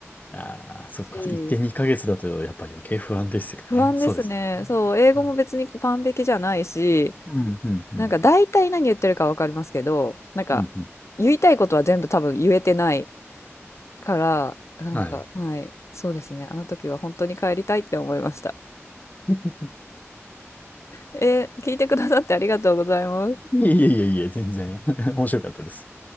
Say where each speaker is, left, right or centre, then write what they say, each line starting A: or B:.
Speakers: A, on the left; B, on the left.
A: ああ、そっか。
B: し、
A: 一点二ヶ月だとやっぱり余計不安ですよね。
B: 不安ですね。
A: そうです。
B: そう、英語も別に完璧じゃないし、
A: うんうんうん。
B: なんか大体何言ってるかわかりますけど、なんか
A: うんうん。
B: 言いたいことは全部多分言えてないから、なんか、
A: はい。
B: はい、そうですね。あの時は本当に帰りたいって思いました。
A: <laughs>
B: えー聞いてくださってありがとうございます。
A: いえいえいえいえ、全然。<laughs> 面白かったです。